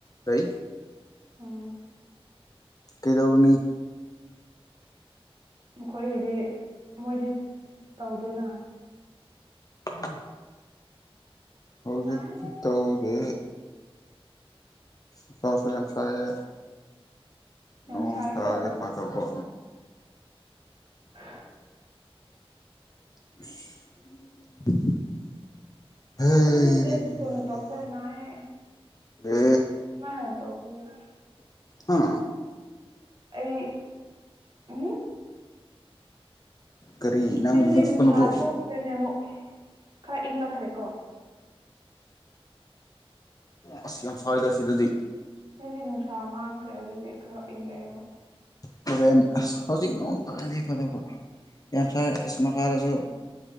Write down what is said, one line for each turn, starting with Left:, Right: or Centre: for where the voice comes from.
Left: ꯔꯤ
Right: ꯑꯣꯝ
Left: ꯀꯩꯗꯧꯔꯨꯅꯤ
Right: ꯃꯈꯣꯏꯒꯤꯗꯤ ꯃꯣꯏꯗꯤ ꯇꯧꯗꯦꯅ
Left: ꯎꯝ ꯍꯧꯖꯤꯛꯇꯤ
Right: ꯅꯥꯏꯌꯦ
Left: ꯇꯧꯔꯦ ꯁ ꯁꯥꯥꯁꯒꯦꯝꯁꯥꯏꯦ ꯅꯪꯀꯖ
Right: ꯌꯥꯝ ꯁꯥꯏꯀꯣ
Left: ꯐ ꯆꯄ
Right: <inaudible>
Left: <inaudible> ꯍꯩ
Right: ꯑꯗꯨꯗꯤ ꯍꯣꯔꯦꯟ ꯀꯣꯟꯅ ꯇꯧꯁꯦ ꯅꯥꯏ
Left: ꯑꯦ
Right: ꯍꯥꯟꯅ ꯇꯧ ꯑ
Left: ꯑ
Right: ꯑꯩ ꯎ
Left: ꯀꯔꯤ
Right: ꯁꯤꯗꯗꯤ
Left: ꯅꯪ ꯃꯨꯛꯀꯅꯨꯀꯣ
Right: ꯅꯨꯡꯁꯥ ꯊꯣꯛꯇ꯭ꯔꯦꯅꯦ ꯑꯃꯨꯛ ꯈꯔ ꯏꯪꯂꯛꯈ꯭ꯔꯦ ꯀꯣ
Left: ꯑꯁ ꯌꯥꯝ ꯁ꯭ꯏꯗ ꯁꯤꯗꯗꯤ
Right: ꯍꯧꯗꯤ ꯅꯨꯡꯁꯥ ꯃꯥꯡꯈ꯭ꯔꯦ ꯍꯧꯖꯤꯛꯇꯤ ꯈꯔ ꯏꯪꯉꯛꯑꯦ ꯑꯃꯨꯛ
Left: ꯇꯣꯔꯦꯟ ꯑꯁ ꯍꯧꯖꯤꯛ ꯅꯣꯡ ꯇꯥꯔꯗꯤ ꯐꯗꯕ ꯌꯥꯝ ꯁꯥꯏ ꯑꯁ ꯃꯈꯥꯗꯁꯨ